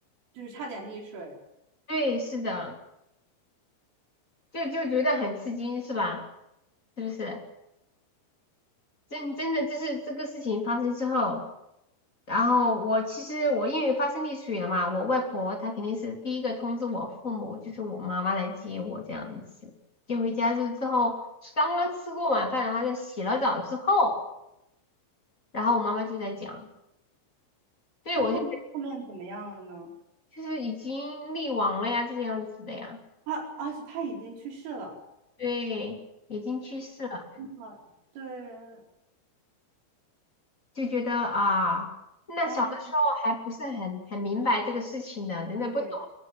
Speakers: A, on the right; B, on the left.
A: 就是差点溺水。
B: 对，是的，就就觉得很吃惊，是吧？是不是？真真的就是这个事情发生之后，然后我其实我因为发生溺水了嘛，我外婆她肯定是第一个通知我父母，就是我妈妈来接我这样子。接回家之之后，刚刚吃过晚饭，然后在洗了澡之后，然后我妈妈就在讲，对我就
A: 那后面后面怎么样了呢？
B: 就是已经溺亡了呀，这个样子的呀，
A: 他啊，是他已经去世了。
B: 对，已经去世了。
A: 啊，对
B: 就觉得啊，那小的时候还不是很很明白这个事情的，
A: 啊，
B: 真的不懂，
A: 对，